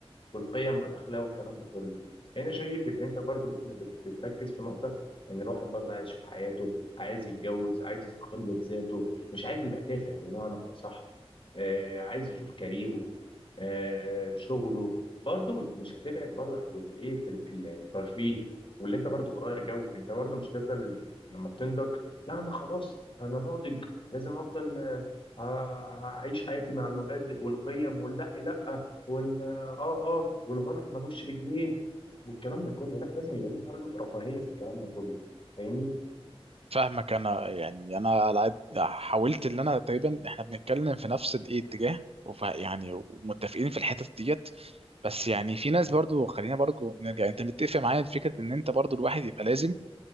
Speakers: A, on the left; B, on the right.
A: والقيم والاخلاق والكلام ده كله هنا شايف ان انت برضه بت- بت- بتركز في نقطه ان الواحد برضه عايز يشوف حياته عايز يتجوز عايز يستقل بذاته مش عايز يبقى تافه بمعنى اصح آه عايز يشوف كاريره آه شغله برضه مش هتبعد برضه عن جزئيه ال- ال- الترفيه واللي انت برضه تغير جو انت برضه مش هتفضل لما بتنضج لا انا خلاص انا ناضج لازم افضل آه، آه، اعيش حياتي مع المبادئ والقيم واللا لا وال اه اه والغلط ملوش رجلين والكلام ده كله لا لازم يبقى ليه برضه رفاهيه في الكلام ده كله فاهمني
B: فاهمك انا يعني انا على قد حاولت ان انا تقريبا احنا بنتكلم في نفس الايه اتجاه وف- يعني متفقين في الحتت ديت بس يعني في ناس برضو خلينا برضو نرجع انت متفق معايا في فكره ان انت برضو الواحد يبقى لازم